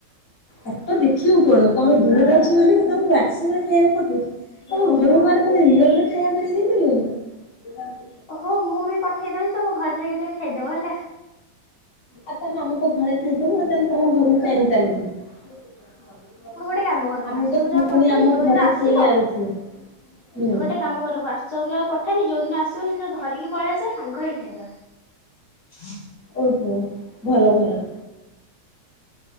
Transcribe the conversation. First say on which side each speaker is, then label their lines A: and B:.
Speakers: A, on the left; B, on the left.
A: ଫଟୋ ଦେଖିବୁ କଣ ତମେ ଦୂରରେ ଅଛି ବୋଲି ମୁଁ ତମକୁ ହ୍ଵଟସଆପ ରେ ଖାଇବାକୁ ପଠେଇଛି ତମ ଘରକୁ ଗଲେ ତମେ ରିଅଲ୍ ରେ ଖାଇବା କରି ଦେଇ ପାରିବନି।
B: ଓହୋ ମୁଁ ବି ପଠେଇଦଉଛି ତମ ଘରେ ଯାଇକି ତମେ ଖାଇଦବ ହେଲା।
A: ଆଉ ତାହେଲେ ଆମେ ତ ଘରେ ଖାଇଦବୁ ଆଉ ତାହେଲେ ତମ ଘରକୁ କାଇଁ ତାହେଲେ ଯିବୁ।
B: ହଉ ଗୋଟେ କାମ କର ହ୍ୱାଟ୍ସଆପରେ
A: ଆମକୁ ତ ପୁଣି
B: ଆଉ ପଠାନି
A: ଆମ
B: ଯୋଉଦିନ
A: ଘରେ
B: ଆସିବ
A: ଖାଇବାର ହୁଁ
B: ଗୋଟେ କାମ କର ହ୍ୱାଟସଆପ ରେ ଆଉ ପଠାନି ଯୋଉଦିନ ଆସିବ ସେଦିନ ଧରିକି ପଳେଇଆସିବ ସାଙ୍ଗ ହେଇ ଖାଇଦେବା। ହଁ।
A: ଓହୋ ଭଲ ଭଲ